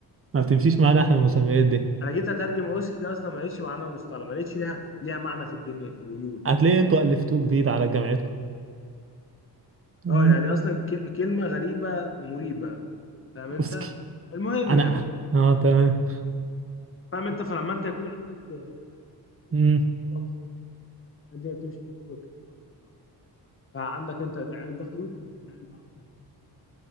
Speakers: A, on the right; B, on the left.
A: ما بتمشيش
B: انت
A: معانا
B: قول
A: احنا
B: يعني
A: المسميات دي
B: انا جيت اترجم اوسكي دي اصلا ما لقيتش معناها مصطلح ما لقيتش ليها ليها معنى في الدنيا في الوجود
A: هتلاقي انتوا الفتوه جديد على جامعتكم امم
B: اه يعني اصلا ك... كلمه غريبه مريبه فاهم
A: اوسكي
B: انت المهم
A: انا
B: يعني
A: اه تمام
B: فاهم انت فلما انت يكون عندك آه، حب
A: امم
B: وبتاع وكده الدنيا بتمشي بالحب والاحترام بيجوا عندنا. فعندك انت عيال دخلوا كان في عيال معاهم كاتبين في ورقة.